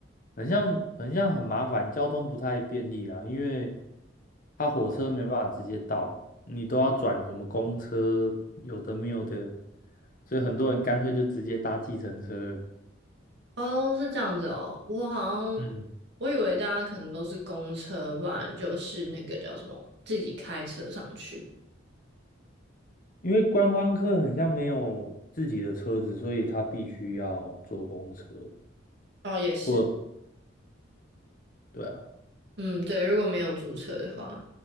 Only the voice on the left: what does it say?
很像很像很麻烦，交通不太便利啊，因为他火车没办法直接到嘛，你都要转什么公车，有的没有的，所以很多人干脆就直接搭计程车了
嗯，
因为观光客很像没有自己的车子，所以他必须要坐公车
或对啊